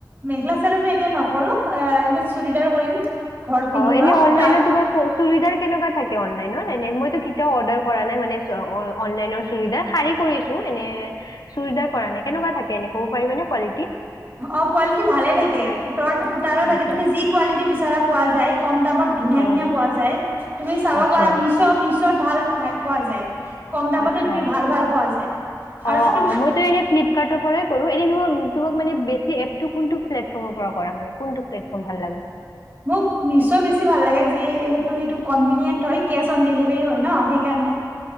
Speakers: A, on the right; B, on the left.
A: মেখেলা আচলতে এতিয়া নকৰো অ চুৰিটাৰ কৰিম ঘৰত পিন্ধিবা
B: অ এনে অনলাইনে
A: সূতাৰ
B: তোমাৰ বিধাৰ কেনেকুৱা থাকে অনলাইন এ মইটো কেতিয়াও অৰ্ডাৰ কৰা নাই মানে অনলাইনৰ চুৰিটাৰ শাৰী কৰিছো এনে চুৰিটাৰ কৰা নাই কেনেকুৱা থাকে এনেই ক'ব পাৰিবি নে কোৱালিটি
A: অ কোৱালিটি ভালে থাকে সূতৰ সূতাৰো থাকে
B: আচ্ছা
A: তুমি যি কোৱালিটি বিচাৰা পোৱা যায় কম দামত ধুনীয়া
B: হয়
A: ধুনীয়া পোৱা যায় তুমি চাব
B: আচ্ছা
A: পাৰা মিছ মিছত ভাল পাই পোৱা যায়। কম দামতো
B: আচ্ছা
A: তুমি ভাল ভাল পোৱা যায় আৰু
B: অ অ মইতো এনে ফ্লিপকাৰ্টৰ পৰাই কৰো এনে ন তোমাক মানে বেছি এপ টো কোনটো প্লেটফৰ্মৰ পৰা কৰা মানে কোনটো প্লেটফৰ্ম ভাল লাগে
A: মোক মিছ' বেছি ভাল লাগে যি সেটো সেটো কনভিনিয়েণ্ হয় কেছ অন ডেলিভাৰী হয় ন সেইকাৰণে।